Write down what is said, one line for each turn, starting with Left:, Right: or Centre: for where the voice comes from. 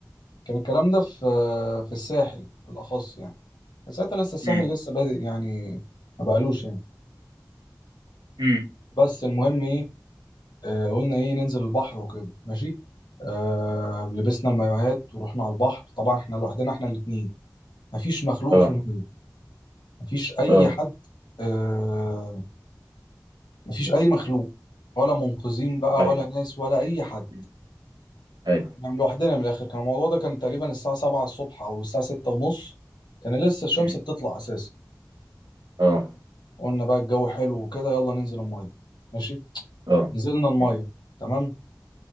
Left: كان الكلام ده في آه، في الساحل بالاخص يعني كان ساعتها لسه الساحل
Right: مم.
Left: لسه بادئ يعني ما بقالوش يعني
Right: مم.
Left: بس المهم ايه آه... قلنا ايه ننزل البحر وكده ماشي آه... لبسنا المايوهات ورحنا على البحر طبعا احنا لوحدنا احنا الاتنين مفيش مخلوق
Right: اه
Left: في الميه مفيش اي
Right: اه
Left: حد آه، مفيش اي مخلوق ولا منقذين بقى
Right: ايوه
Left: ولا ناس ولا اي حد
Right: مم. ايوه
Left: نعم لوحدنا من الاخر كان الموضوع ده كان تقريبا الساعه 7 الصبح او الساعه 6 ونص كان لسه الشمس
Right: مم.
Left: بتطلع اساسا
Right: اه
Left: قلنا بقى الجو حلو وكده يلا ننزل الميه ماشي
Right: اه
Left: نزلنا الميه
Right: مم.
Left: تمام